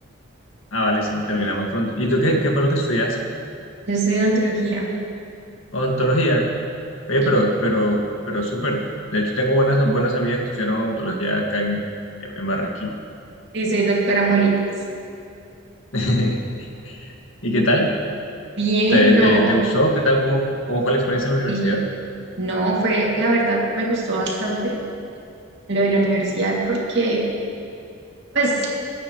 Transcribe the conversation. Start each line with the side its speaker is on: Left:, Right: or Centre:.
Left: Ah, vale, sí, terminamos pronto. ¿Y tú qué, qué fue lo que estudiaste?
Right: Yo estudio ontología.
Left: Odontología. Oye,
Right: Sí,
Left: pero, pero, pero súper. De hecho, tengo buenas, buenas amigas que estudiaron odontología acá en, en Barranquilla.
Right: sí, soy doctora Molitas.
Left: <laughs> ¿Y qué tal?
Right: Bien,
Left: ¿Te,
Right: no.
Left: te, te gustó? ¿Qué tal? ¿Cómo, cómo fue la experiencia en la universidad?
Right: Sí. No, fue, la verdad, me gustó bastante lo de la universidad porque, pues,